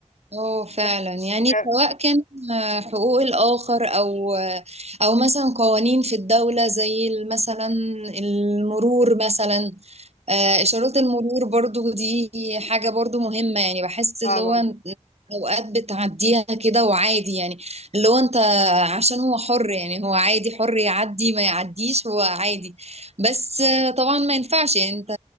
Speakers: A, on the right (about 60°); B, on the left (about 85°).
A: اه فعلا
B: بس
A: يعني
B: لا،
A: سواء كان آه، حقوق الاخر او آه، او مثلا قوانين في الدولة زي مثلا المرور مثلا آه، إشارات المرور برضو دي حاجة برضو مهمة يعني بحس اللي
B: طبعا
A: هو إن- أوقات بتعديها كده وعادي يعني اللي هو أنت عشان هو حر يعني هو عادي حر يعدي ما يعديش هو عادي بس آه، طبعا ما ينفعش يعني أنت